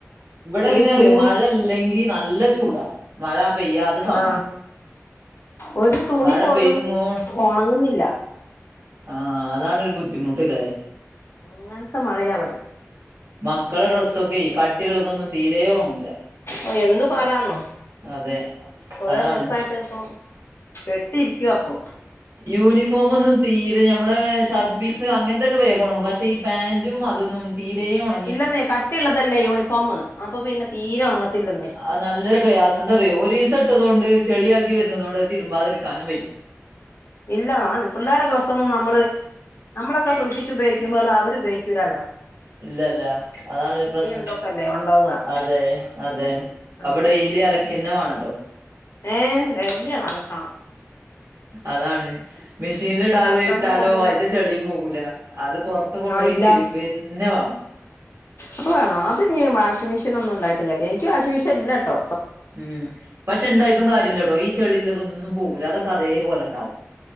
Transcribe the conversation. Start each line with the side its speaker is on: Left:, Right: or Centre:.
Right: ഇവടെങ്ങനെ
Left: ഒരു
Right: അറിയോ
Left: തൂ
Right: മഴല്ലെങ്കി നല്ല ചൂടാ മഴ പെയ്യാത്ത സമയം
Left: ആഹ് ഒരു തുണി
Right: മഴ
Left: പോലും
Right: പെയ്തുങ്ങോ
Left: ഒണങ്ങുന്നില്ല
Right: ആ അതാണൊരു ബുദ്ധിമുട്ട്ലെ
Left: ങ്ങൻത്തെ മഴയാ ഇവടെ
Right: മക്കളെ ഡ്രസ്സൊക്കെ ഈ കട്ടിയുള്ളതൊന്നും തീരെ ഒണങ്ങൂല്ല
Left: ഓ എന്ത് പാടാന്നോ
Right: അതെ
Left: കൊറേ
Right: അതാണ്
Left: ദിവസായിട്ട് ഇപ്പം പെട്ടിരിക്കുവ അപ്പൊ
Right: യൂണിഫോമ ഒന്നും തീരെ നമ്മളെ ഷർട്ട് പീസ് അങ്ങനത്തൊക്കെ വേഗം ഒണങ്ങും പക്ഷെ ഈ പാന്റും അതൊന്നും തീരെ ഉണ
Left: ഇല്ലെന്നേ കട്ടിയുള്ളതല്ലേ യൂണിഫോമ് അപ്പൊ പിന്നെ തീരെ ഉണങ്ങത്തില്ലെന്നേ
Right: അഹ് നല്ല പ്രയാസംന്തറിയൊ ഒരീസട്ടതോണ്ട് ചെളിയാക്കി വര്ണതോണ്ട് തിരുമ്പതിടുക്കാനും വയ്യ
Left: ഇല്ല പിള്ളേരെ ഡ്രസ്സ ഒന്നും നമ്മള് നമ്മളൊക്കെ സൂക്ഷിച്ച് ഉപയോഗിക്കുമ്പോ അത് അവർ ഉപയോഗിക്കൂരല്ലോ
Right: ഇല്ലല്ല അതാണ് ഒരു പ്രശ്നം
Left: ഇതൊക്കെല്ലേ ഉണ്ടാവുക
Right: അതെ അതെ അപ്പ
Left: അപ്പൊ
Right: ഡെലി അലക്കന്നമാണല്ലോ
Left: ഏ ഡെയലി അലക്കണം
Right: അതാണ് മെഷീനിൽ ഡാല്
Left: അലക്കാഞ്ഞാ
Right: ഇട്ടാലോ
Left: കൊള്ളൂല
Right: അയിത്ത ചെളിയും പോകൂല്ല അത് പുറത്ത് കൊണ്ടോയി
Left: ആ ഇല്ല
Right: തിരുമ്പന്നെ വാണം <inaudible>
Left: അത് വേണം അത് ഞ്ഞ് വാഷിംഗ് മെഷീ ഒന്നും ഉണ്ടായിട്ട് കാര്യല്ല എനിക്ക് വാഷിമെഷീ ഇല്ലാട്ടോ
Right: ഉം പക്ഷെ ഇണ്ടായിട്ടും കാര്യല്ല ടോ ഈ ചെളില്ലതൊന്നും പോകൂല്ല അതൊക്കെ അതേപോലെ ഇണ്ടാവും